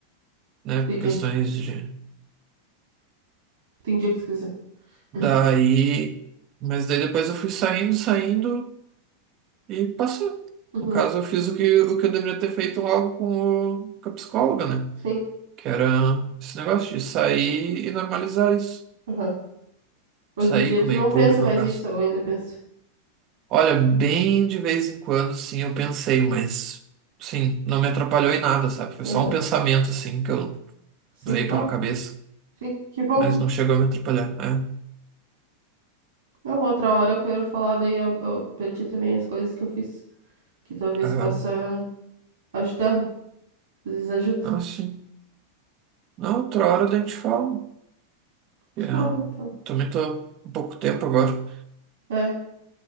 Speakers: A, on the right (about 35°); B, on the right (about 65°).
A: né,
B: entendi.
A: por questões de.
B: Entendi o que tu quis dizer.
A: Daí,
B: Uhum,
A: mas daí depois eu fui saindo, saindo e passou.
B: uhum,
A: No caso, eu fiz o que, o que eu deveria ter feito logo com, o, com a psicóloga, né?
B: sim.
A: Que era esse negócio de sair e normalizar isso.
B: Aham. Hoje
A: Sair,
B: em dia
A: comer
B: tu não
A: em público,
B: pensa mais
A: no caso.
B: isso, ou ainda pensa?
A: Olha, bem de vez em quando, sim, eu pensei, mas sim, não me atrapalhou em nada, sabe? Foi
B: Aham,
A: só um pensamento, assim, que eu
B: sim.
A: veio pela
B: Ah,
A: cabeça,
B: sim. Que bom.
A: mas não chegou a me atrapalhar, né?
B: Não, outra hora eu quero falar daí a, a, pra ti também as coisas que eu fiz. Que talvez
A: Aham.
B: possa ajudar, né? Às vezes ajuda.
A: Ah, sim. Na outra hora daí a gente fala. Eu
B: Tchau, então.
A: também tô um pouco tempo agora.
B: É,